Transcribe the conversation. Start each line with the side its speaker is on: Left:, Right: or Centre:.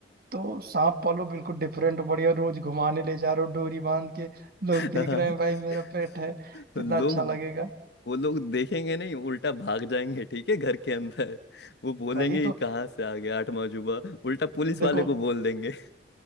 Right: तो सांप पालो बिल्कुल डिफरेंट बढ़िया रोज घुमाने ले जा रहे हो डोरी बांध के लोग देख
Left: हाँ,
Right: रहे हैं भाई
Left: <laughs>
Right: मेरा पेट है
Left: तो
Right: कितना
Left: लोग
Right: अच्छा लगेगा
Left: वो लोग देखेंगे नहीं उल्टा भाग जाएंगे ठीक है घर के अंदर वो बोलेंगे
Right: वही तो
Left: कि कहाँ से आ गया आठवां जुबा उल्टा पुलिस वाले
Right: देखो
Left: को बोल देंगे